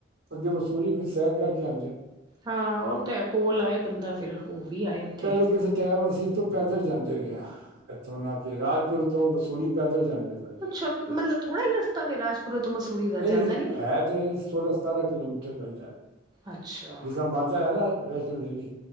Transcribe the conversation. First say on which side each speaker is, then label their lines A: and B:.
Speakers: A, on the right; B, on the right.
A: ਅੱਗੇ ਮਸੂਰੀ ਦੀ ਸੈਰ ਕਰਕੇ ਆਂਦੇ ਹਨ।
B: ਹਾਂ, ਉਹ ਤੇ ਹੈ ਕੋਲ ਆਏ ਬੰਦਾ ਫਿਰ ਓ ਵੀ ਆਏ। ਉੱਥੇ
A: ਪਹਿਲੇ ਕਿਸੇ ਟਾਈਮ ਅਸੀਂ ਤੇ ਪੈਦਲ ਜਾਂਦੇ ਰਹੇ ਆ ਇੱਥੋਂ ਨਾ ਕੇ ਰਾਜਪੁਰ ਤੋਂ ਮਸੂਰੀ ਪੈਦਲ ਜਾਂਦੇ।
B: ਅੱਛਾ ਮਤਲਬ ਥੋੜਾ ਹੀ ਰਸਤਾ ਫਿਰ ਰਾਜਪੁਰੇ ਤੋਂ ਮਸੂਰੀ ਦਾ
A: ਨਹੀਂ,
B: ਜ਼ਿਆਦਾ ਨੀ
A: ਹੈ ਤੇ ਸੋਲਾਂ ਸਤਾਰਾਂ ਕਿਲੋਮੀਟਰ ਪੈਂਦਾ
B: ਅੱਛਾ
A: ਜਿਸ ਤਰ੍ਹਾਂ ਮਾਤਾ ਹੈ ਨਾ ਵੈਸ਼ਨੋ ਦੇਵੀ।